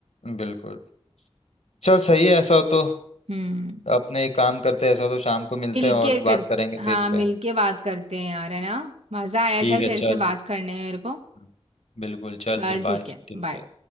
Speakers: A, on the left; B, on the right.
A: बिल्कुल चल सही है ऐसा हो तो
B: हम्म
A: अपने एक काम करते हैं ऐसा हो तो शाम को मिलते
B: मिलके
A: हैं और बात
B: कर
A: करेंगे
B: हाँ
A: फेस
B: मिलके
A: पे
B: बात करते हैं यार है ना मजा आया
A: ठीक
B: चल
A: है
B: तेरे
A: चल
B: से बात करने में मेरे को
A: हम्म, बिल्कुल चल
B: चल
A: फिर
B: ठीक
A: बाय
B: है
A: ठीक
B: बाय
A: है